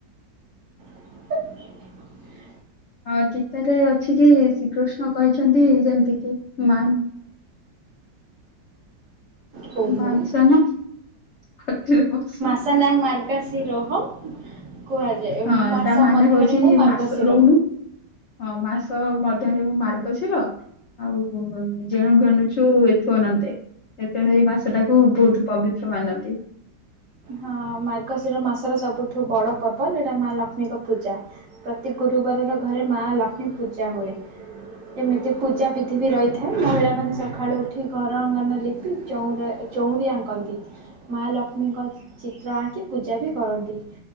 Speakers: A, on the right; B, on the left.
A: <unintelligible>
B: ହଁ, ଗୀତାରେ ଅଛି ଯେ ଶ୍ରୀକୃଷ୍ଣ କହିଛନ୍ତି, ଯେମିତି କି ମାଁ
A: ହୁଁ
B: ମାଛ ନା, ପାଟିରେ ପଶୁନି।
A: ସନା ମାର୍ଗା ସିରୋହଂ କୁହାଯାଏ।
B: ହଁ,
A: ମାସ
B: ତା ମାନେ
A: ମଧ୍ୟରେ
B: ହଉଛି,
A: ମୁଁ ମାର୍ଗଶିର।
B: ମାସ ରହୁନୁ। ହଁ, ମାସ ମଧ୍ୟରେ ମୁଁ, ମାର୍ଗଶିର ଆଉ ଯେଣୁ ଘେନୁଛୁ, ଏଥୁ ଅନନ୍ତେ। ଏ, ତେଣୁ ଏଇ ମାସ ଟାକୁ ବହୁତ୍ ପବିତ୍ର ମାନନ୍ତି।
A: ହଁ, ମାର୍ଗଶିର ମାସର ସବୁଠୁ ବଡ ପର୍ବ, ଯଉଟା ମା ଲକ୍ଷ୍ମୀଙ୍କ ପୂଜା। ପ୍ରତି ଗୁରୁବାରର ଘରେ, ମା ଲକ୍ଷ୍ମୀ ପୂଜା ହୁଏ। ଏମିତି ପୂଜାବିଧି ବି ରହିଥାଏ। ମହିଳାମାନେ ସଖାଳୁ ଉଠି ଘର ଆଙ୍ଗନ ଲିପି, ଚଉଁରା ଚଉଁରୀ ଆଙ୍କନ୍ତି, ମା ଲକ୍ଷ୍ମୀଙ୍କ ଚିତ୍ର ଆଙ୍କି ପୂଜା ବି କରନ୍ତି।